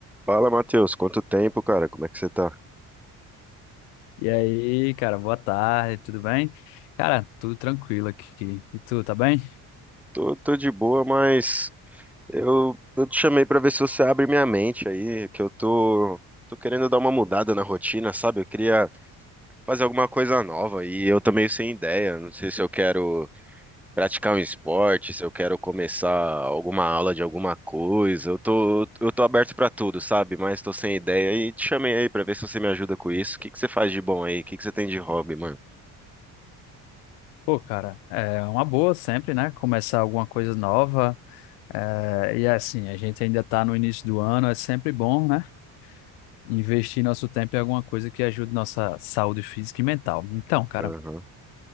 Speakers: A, in the centre; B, on the left.
A: Fala, Matheus, quanto tempo, cara? Como é que você tá?
B: E aí, cara, boa tarde, tudo bem? Cara, tudo tranquilo aqui. E tu, tá bem?
A: Tô, tô de boa, mas eu, eu te chamei pra ver se você abre minha mente aí, que eu tô, tô querendo dar uma mudada na rotina, sabe? Eu queria fazer alguma coisa nova e eu tô meio sem ideia. Não sei se eu quero praticar um esporte, se eu quero começar alguma aula de alguma coisa. Eu tô, eu tô aberto pra tudo, sabe? Mas tô sem ideia e te chamei aí pra ver se você me ajuda com isso. O que que você faz de bom aí? O que que você tem de hobby, mano?
B: Pô, cara, é uma boa sempre, né? Começar alguma coisa nova. É, e assim, a gente ainda tá no início do ano, é sempre bom, né? Investir nosso tempo em alguma coisa que ajude nossa saúde física e mental. Então, cara,
A: Aham. O